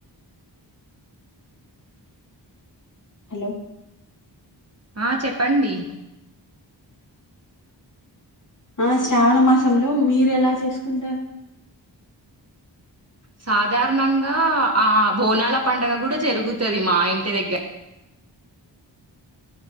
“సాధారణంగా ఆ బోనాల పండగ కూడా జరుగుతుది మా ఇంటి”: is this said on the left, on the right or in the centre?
Right